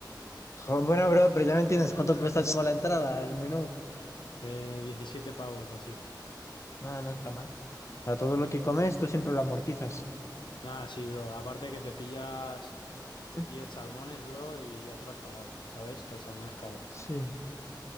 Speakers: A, on the left; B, on the left.
A: Jo, bueno, bro, pero ya me entiendes,
B: <laughs>
A: ¿cuánto cuesta como la entrada, el menú?
B: Eh, 17 pavos o así.
A: No, no está mal. A todo lo que comes, tú siempre lo amortizas.
B: Nada, sí, bro. Aparte que te pillas
A: <laughs>
B: 10 salmones, bro, y ya te lo has pagado, ¿sabes? Que el salmón es caro.
A: Sí,